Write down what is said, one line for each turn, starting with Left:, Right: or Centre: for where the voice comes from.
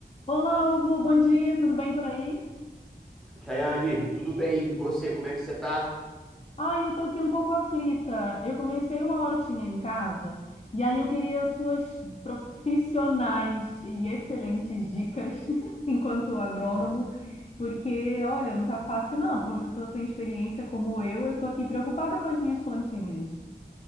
Left: Olá, Hugo, bom dia, tudo bem por aí?
Centre: Chayane, tudo bem? E você, como é que você tá?
Left: Ai, eu tô aqui um pouco aflita. Eu comecei uma hortinha em casa e aí eu queria suas profissionais e excelentes dicas <laughs> enquanto agrônomo,
Centre: Ué.
Left: porque olha, não tá fácil não, para uma pessoa sem experiência como eu, eu tô aqui preocupada com as minhas plantinhas.